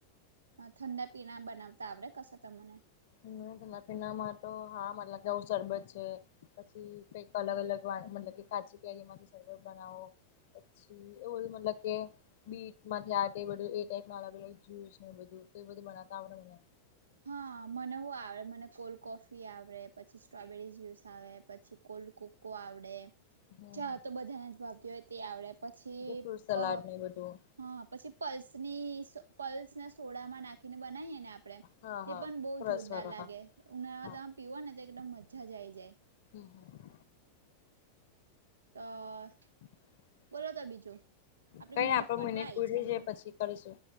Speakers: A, on the right (about 70°); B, on the left (about 55°).
A: ઠંડા પીણા બનાવતા આવડે કશે તમને?
B: હ ઠંડા પીનામાં તો હા મતલબ કેવું શરબત છે. પછી કઈક અલગ અલગ મતલબ કે કાચી કેરી માંથી માં થી શરબત બનાવો. જી ઓ મતલબ કે. બીટ માંથી આ બધું એ ટાઈપ અલગ અલગ જ્યુસ ને બધું બધું બનાવતા આવડે મને
A: હા મને હું આવડે મને કોલ્ડ કોફી આવડે પછી સ્ટ્રોબેરી જ્યુસ આવે પી પ કોલ્ડ કોકો આવડે
B: હમ
A: ચા તો બધા ના જ ભાવતી હોય તે આવડે પછી
B: ફ્રૂટ સલાડ
A: અ
B: ને બધું
A: હા પછી પલ્સની પલ્સ ના સોડામાં નાખીને બનાવીએ ને આપડણે
B: હા
A: તે
B: હા
A: પણ બહુ
B: સરસ
A: જોરદાર
B: વારો
A: લાગે
B: હા
A: ઉનાળામાં
B: હા
A: તમે પીવો ને તો એકદમ મજા જ આઈ જાય
B: હમ હમ
A: તો
B: હમ
A: બોલો ત બીજું આપડી
B: કઈ આપો
A: પટવા
B: મિનિટ
A: આઈ
B: પૂરી
A: છે હમણાં
B: જ પછી કરીશું